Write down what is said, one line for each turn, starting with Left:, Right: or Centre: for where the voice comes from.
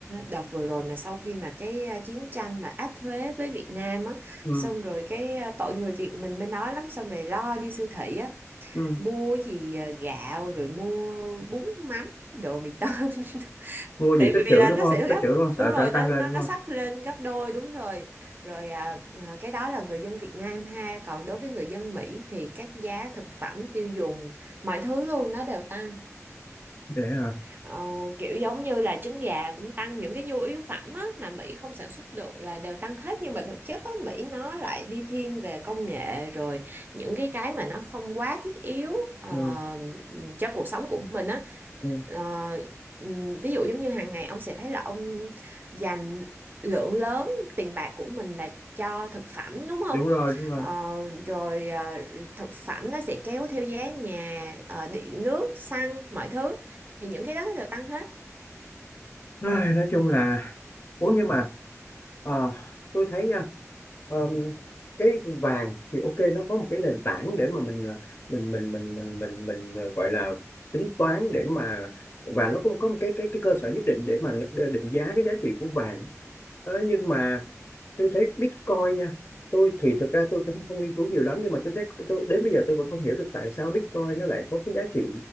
Right: đợt vừa rồi mà sau khi mà cái ờ, chiến tranh mà áp thuế với Việt Nam á
Left: ừ
Right: xong rồi cái ờ, tội người Việt mình bên đó lắm xong rồi lo đi siêu thị á
Left: ừ
Right: mua gì ờ, gạo rồi mua bún mắm đồ mì tôm <laughs>
Left: mua gì
Right: tại
Left: tích
Right: vì
Left: trữ
Right: là
Left: đúng
Right: nó
Left: không
Right: sẽ
Left: tích
Right: gấp
Left: trữ đúng không sợ
Right: đúng rồi
Left: sợ
Right: nó
Left: tăng lên
Right: nó
Left: đúng
Right: nó
Left: không
Right: sắp lên gấp đôi đúng rồi rồi à, à, cái đó là người dân Việt Nam ha còn đối với người dân Mỹ thì các giá thực phẩm tiêu dùng mọi thứ luôn nó đều tăng
Left: để à
Right: Ờ, kiểu giống như là trứng gà cũng tăng những cái nhu yếu phẩm á, mà Mỹ không sản xuất được là đều tăng hết nhưng mà thực chất á, Mỹ nó lại đi thiên về công nghệ rồi những cái cái mà nó không quá thiết yếu ờ,
Left: ừ,
Right: cho cuộc sống của mình á
Left: ừ,
Right: Ờ, ừm, ví dụ giống như hàng ngày ông sẽ thấy là ông dành lượng lớn tiền bạc của mình là cho thực phẩm đúng không?
Left: đúng rồi đúng rồi
Right: Ờ, rồi ờ, thực phẩm nó sẽ kéo theo giá nhà, ờ, điện nước, xăng, mọi thứ thì những cái đó nó đều tăng hết
Left: Ai, nói chung là ủa nhưng mà ờ, tôi thấy nha ờ, cái vàng thì ok nó có một cái nền tảng để mà mình ờ, mình mình mình mình mình, mình, ờ, gọi là tính toán để mà và nó cũng có một cái cái cái cơ sở nhất định để mà nó định giá cái giá trị của vàng Ờ, nhưng mà tôi thấy Bitcoin nha tôi thì thực ra tôi cũng không nghiên cứu nhiều lắm nhưng mà tôi thấy tôi đến bây giờ tôi vẫn không hiểu được tại sao Bitcoin nó lại có cái giá trị